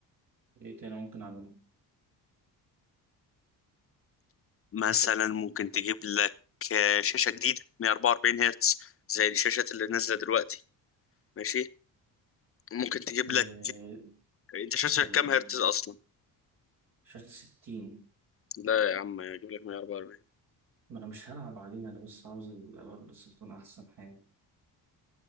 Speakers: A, on the right (about 55°); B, on the left (about 35°).
A: ايه تاني ممكن أعمله؟
B: مثلا ممكن تجيب لك آه، شاشه جديده 144 هرتز زي الشاشات اللي نازله دلوقتي ماشي ممكن تجيب
A: آه
B: لك انت شاشتك
A: طيب
B: كام هرتز اصلا
A: شاشة ستين
B: لا يا عم اجيب لك 144
A: ما أنا مش هلعب عليها أنا بس عاوز الألوان بس تكون أحسن حاجة